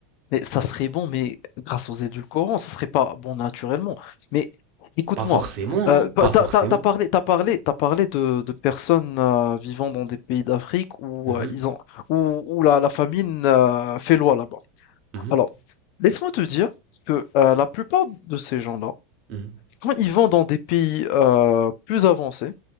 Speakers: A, on the left; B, on the right.
A: Mais ça serait bon, mais grâce aux édulcorants, ça serait pas bon naturellement. Mais écoute-moi,
B: Pas forcément,
A: euh,
B: non? Pas
A: pa-
B: forcément.
A: t'as, t'as- t'as parlé, t'as parlé, t'as parlé de, de personnes euh, vivant dans des pays d'Afrique où
B: Mhm,
A: euh, ils ont, où, où la, la famine euh, fait loi là-bas.
B: mhm,
A: Alors, laisse-moi te dire que euh, la plupart de ces gens-là,
B: mhm,
A: quand ils vont dans des pays euh, plus avancés